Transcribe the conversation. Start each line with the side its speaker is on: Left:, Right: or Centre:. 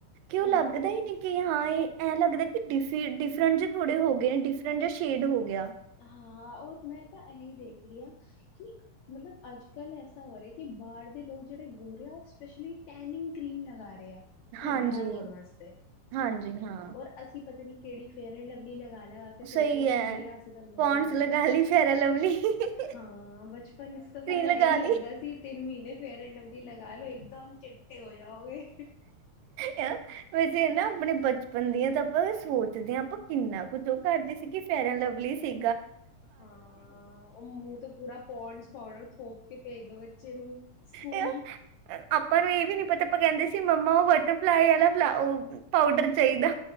Right: ਕਿ ਉਹ
Left: ਹੂੰ
Right: ਲੱਗਦਾ ਹੀ ਨਹੀਂ ਕਿ ਹਾਂ ਇਹ ਐਂ ਲੱਗਦਾ ਕਿ ਡਿਫ ਡਿਫਰੈਂਟ ਥੋੜੇ ਹੋ ਗਏ ਨੇ ਡਿਫਰੈਂਟ ਜਾਂ ਸ਼ੇਡ ਹੋ ਗਿਆ
Left: ਹਾਂ ਰ ਮੈਂ ਤਾਂ ਇਹੀ ਦੇਖ ਰਹੀ ਹਾਂ ਕਿ ਮਤਲਬ ਅੱਜ ਕੱਲ ਐਸਾ ਹੋ ਰਿਹਾ ਕਿ ਬਾਹਰ ਦੇ ਲੋਕ ਜਿਹੜੇ ਗੋਰੇ ਆ ਉਹ ਸਪੈਸ਼ਲੀ ਟੈਨਿੰਗ ਕਰੀਮ ਲਗਾ ਰਹੇ ਆ ਸਾਡੇ
Right: ਹਾਂਜੀ
Left: ਆਾਰ ਹੋਣ ਵਾਸਤੇ
Right: ਹਾਂਜੀ ਹਾਂ
Left: ਔਰ ਅਸੀਂ ਪਤਾ ਨੀ ਕਿਹੜੀ ਫੇਅ ਲਵਲੀ ਲਗਾ ਲਗਾ ਕੇ ਸੋਚ
Right: ਸਹੀ
Left: ਰਿ
Right: ਹੈ
Left: ਕਿ ਬਈਆ ਤਾਂ ਗੋਰੇ
Right: ਪੌਂਡਸ
Left: ਹੋ ਜਾਣਗੇ
Right: ਲਗਾ ਲਈ ਫੇਅਰ ਲਵਲੀ ਸਨਸਕ੍ਰੀਨ
Left: ਹਾਂ ਬਚਪਨ ਵਿੱਚ ਤਾਂ ਸਾਨੂੰ
Right: ਲਗਾ
Left: ਇਹੀ ਲੱਗਦਾ
Right: ਲਈ
Left: ਸੀ ਤਿੰਨ ਮਹੀਨੇ ਫਿਰ ਫੇਰ ਲਵਲੀ ਲਗਾ ਲੋ ਇੱਕਦਮ ਚ ਚਿੱਟੇ ਹੋ ਜਾਓਗੇ
Right: ਯਾਰ ਵੈਸੇ ਨਾ ਆਪਣੇ ਬੱਚੇ ਬਚਪਨ ਦੀਆਂ ਤਾਂ ਆਪਾਂ ਸੋਚ ਜਦ ਆਪਾਂ ਕਿੰਨਾ ਕੁੱਝ ਉਹ ਕਰਦੇ ਸੀ ਕਿ ਫੈਰਨ ਲਵਲੀ ਸੀ
Left: ਹਾਂ ਉਹ ਮੂੰਹ ਤੇ ਪੂਰਾ ਪੋਡਸ ਪਾਊਡਰ ਥੋਪ ਕੇ ਭੇਜ ਦੋ ਬੱਚੇ ਨੂੰ ਸਕੂਲ
Right: ਯਾਰ, ਆਪਾਂ ਨੂੰ ਇਹ ਵੀ ਨੀ ਪਤਾ ਆਪਾਂ ਕਹਿੰਦੇ ਸੀ ਮੰਮਾ ਉਹ ਬਟਰਫਲਾਈ ਵਾਲਾ ਫ ਪਾਊਡਰ ਚਾਹੀਦਾ